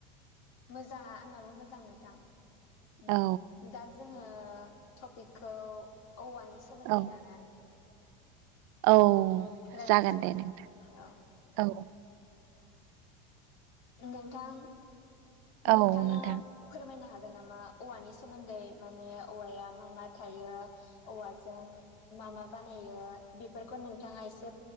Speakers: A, on the left; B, on the right.
A: मोजांआ आंनाबो मोजां नोंथां
B: औ
A: दा जोंङो टपिकखौ औवानि सोमोन्दै
B: औ
A: लाना
B: औ
A: रायलायनोसै
B: जागोन दे नोंथां
A: औ
B: औ
A: नोंथां
B: औ
A: नोंथांङा
B: नोंथां
A: फोरमायनो हागोन नामा औवानि सोमोन्दै माने औवाया मा मा थायो। औवाजों मा मा बानायो बेफोरखौ नोंथांङा एसे